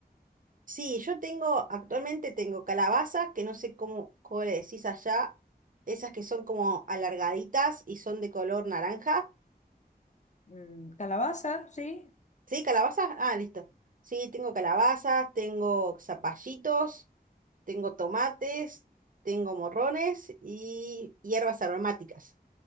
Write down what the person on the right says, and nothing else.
Sí, yo tengo, actualmente tengo calabazas, que no sé cómo, cómo le decís allá, esas que son como alargaditas y son de color naranja.
¿Sí, calabazas? Ah, listo. Sí, tengo calabazas, tengo zapallitos, tengo tomates, tengo morrones y hierbas aromáticas.